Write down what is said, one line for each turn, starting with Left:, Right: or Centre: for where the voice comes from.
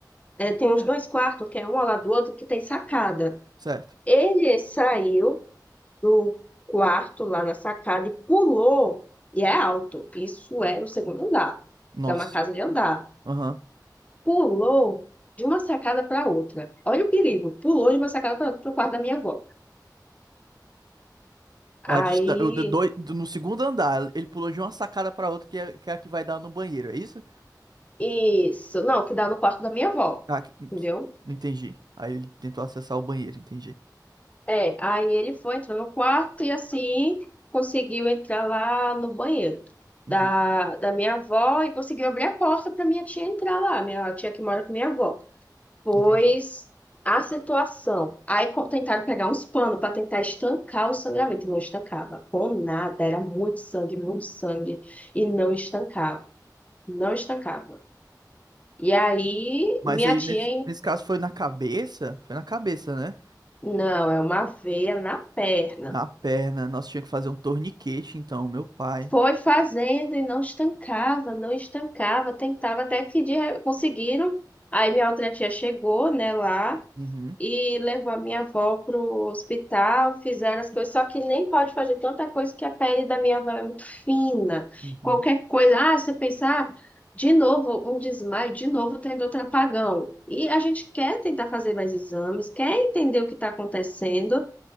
Left: é, tem uns dois quartos, que é um ao lado do outro, que tem sacada.
Right: Certo.
Left: Ele saiu do quarto lá na sacada e pulou, e é alto, isso é o segundo andar,
Right: Nossa.
Left: que é uma casa de andar.
Right: Aham.
Left: Pulou de uma sacada para outra. Olha o perigo, pulou de uma sacada para o quarto da minha avó. Aí,
Right: A distância, no segundo andar, ele pulou de uma sacada pra outra, que é, que é a que vai dar no banheiro, é isso?
Left: isso, não, que dá no quarto da minha avó,
Right: Ah, que, que-
Left: entendeu?
Right: entendi. Aí ele tentou acessar o banheiro, entendi.
Left: É, aí ele foi, entrou no quarto e assim conseguiu entrar lá no banheiro
Right: Uhum,
Left: da, da minha avó e conseguiu abrir a porta para minha tia entrar lá, minha tia que mora com minha avó. Pois
Right: entendi.
Left: a situação. Aí co- tentaram pegar uns panos para tentar estancar o sangramento e não estancava. Com nada, era muito sangue, muito sangue e não estancava, não estancava. E aí,
Right: Mas
Left: minha
Right: aí,
Left: tia
Right: nesse, nesse caso, foi na cabeça? Foi na cabeça, né?
Left: Não, é uma veia na perna.
Right: Na perna. Nós tínhamos que fazer um torniquete, então, meu pai.
Left: Foi fazendo e não estancava, não estancava, tentava até que de... re- conseguiram. Aí minha outra tia chegou, né, lá
Right: Uhum,
Left: e levou a minha avó pro hospital, fizeram as coisas, só que nem pode fazer tanta coisa que a pele da minha avó é muito fina.
Right: uhum.
Left: Qualquer coisa, ah, você pensar, ah, de novo um desmaio, de novo tendo outro apagão. E a gente quer tentar fazer mais exames, quer entender o que está acontecendo.